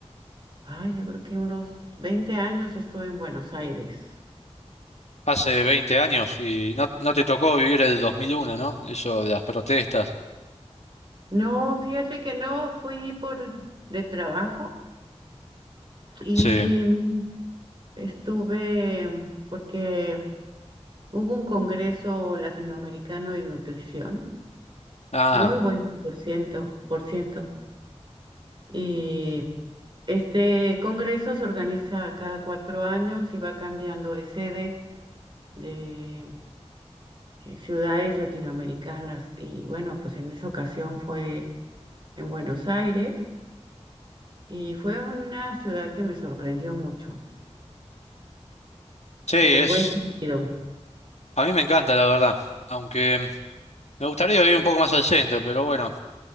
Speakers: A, on the right; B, on the left.
A: Ay, yo creo que unos 20 años estuve en Buenos Aires.
B: hace 20 años y no, no te tocó vivir el dos mil uno ¿no? Eso de las protestas.
A: No, fíjate que no, fui por de trabajo y
B: Sí.
A: mm, estuve mm, porque hubo un congreso latinoamericano de nutrición.
B: Ah,
A: Muy buen por ciento, por ciento. Y este congreso se organiza cada cuatro años y va cambiando de sede de eh, ciudades latinoamericanas. Y bueno, pues en esa ocasión fue en Buenos Aires y fue una ciudad que me sorprendió mucho,
B: sí, es...
A: en el buen sentido.
B: A mí me encanta, la verdad, aunque me gustaría vivir un poco más al centro, pero bueno,